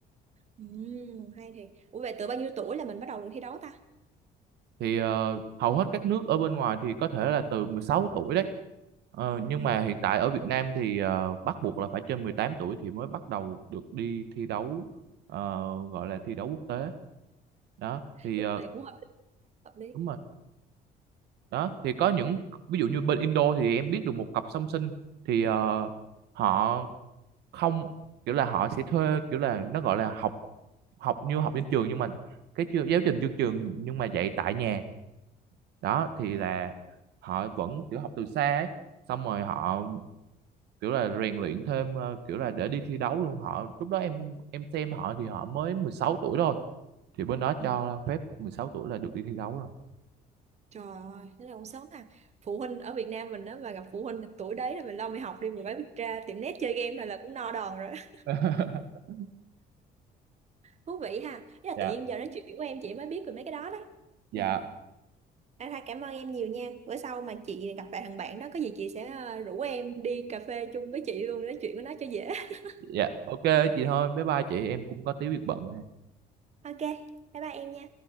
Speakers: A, on the right (about 40°); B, on the right (about 80°).
A: Ừ, hay thì Ủa vậy từ bao nhiêu tuổi là mình bắt đầu được thi đấu ta?
B: thì ờ, hầu hết các nước ở bên ngoài thì có thể là từ 16 tuổi đấy Ờ, nhưng
A: Ừ,
B: mà hiện tại ở Việt Nam thì ờ, bắt buộc là phải trên 18 tuổi thì mới bắt đầu được đi thi đấu ờ, gọi là thi đấu quốc tế đó thì
A: đúng
B: ờ,
A: rồi, cũng hợp lý, hợp lý.
B: đúng rồi đó thì có những ví dụ như bên Indo thì em biết được một cặp song sinh thì ờ, họ không kiểu là họ sẽ thuê kiểu là nó gọi là học học như học trên trường nhưng mà cái chương- giáo trình chương trường nhưng mà dạy tại nhà đó thì
A: Ừ.
B: là họ vẫn kiểu học từ xa ấy xong rồi họ kiểu là rèn luyện thêm ờ, kiểu là để đi thi đấu luôn họ lúc đó em em xem họ thì họ mới 16 tuổi thôi thì bên đó cho
A: Ừ.
B: phép 16 tuổi là được đi thi đấu rồi
A: Trời ơi, thế là cũng sớm à. Phụ huynh ở Việt Nam mình đó mà gặp phụ huynh tuổi đấy là mình lo mày học đi, mình mới biết ra tiệm net chơi game thôi là cũng no đòn rồi. <laughs>
B: <laughs>
A: Thú vị ha. Thế là
B: dạ
A: tự nhiên giờ nói chuyện của em chị mới biết về mấy cái đó đó.
B: dạ
A: Ừ. À, thôi cảm ơn em nhiều nha. Bữa sau mà chị gặp lại thằng bạn đó có gì chị sẽ ờ, rủ em đi cà phê chung với chị luôn nói chuyện với nó cho dễ. <laughs>
B: dạ ok chị thôi bye bye chị em cũng có tí việc bận
A: Ok, bye bye em nha.